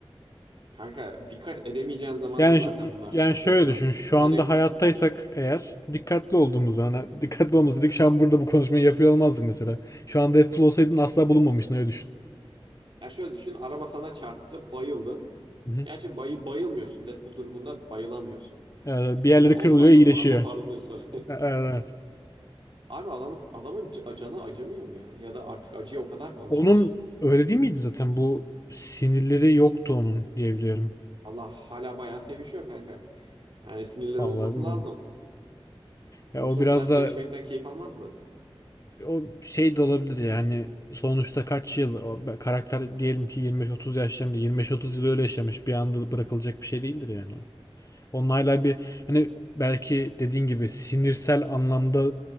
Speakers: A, on the right; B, on the left.
A: Kanka dikkat edemeyeceğin zaman
B: Yani
A: da zaten
B: ş-
A: bunlar
B: yani
A: sıkıntı
B: şöyle
A: yapıyor.
B: düşün. Şu
A: Yani
B: anda hayattaysak eğer dikkatli olduğumuz hani dikkatli olmasaydık şu an burada bu konuşmayı yapıyor olmazdık mesela. Şu an Deadpool olsaydın asla bulunmamıştın öyle düşün.
A: ya şöyle düşün araba sana çarptı bayıldın.
B: Hı hı.
A: Gerçi bayı bayılmıyorsun Deadpool durumunda bayılamıyorsun.
B: Ee, bir yerleri
A: Hele 10
B: kırılıyor,
A: saniye
B: iyileşiyor.
A: sonra toparlanıyorsun.
B: E- e, Evet. evet.
A: <laughs> Abi adam, adamın ca- canı acımıyor mu ya? Ya da artık acıya o kadar mı alışmış?
B: Onun öyle değil miydi zaten? Bu sinirleri yoktu onun diyebiliyorum.
A: Allah hala bayağı sevişiyor kanka. Yani sinirleri
B: Vallahi
A: olması
B: bilmiyorum.
A: lazım.
B: Ya
A: Yoksa
B: o biraz
A: o kadar sevişmekten
B: da
A: keyif almazdı.
B: o şey de olabilir yani sonuçta kaç yıl o be- karakter diyelim ki 25-30 yaşlarında 25-30 yıl öyle yaşamış bir anda bırakılacak bir şey değildir yani. Onlarla bir hani belki dediğin gibi sinirsel anlamda